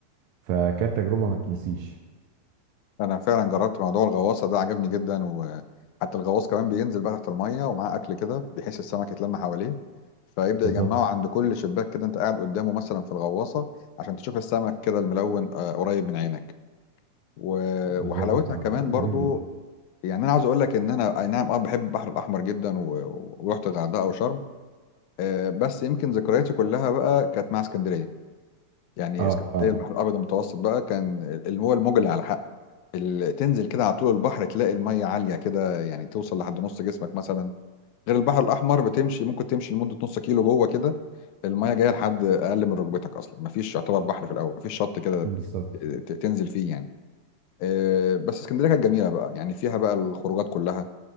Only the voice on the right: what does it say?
فكانت تجربة ما تنسيش
بالظبط
بالظبط
آه،
جميل
جدا
اه
آه.
بالظبط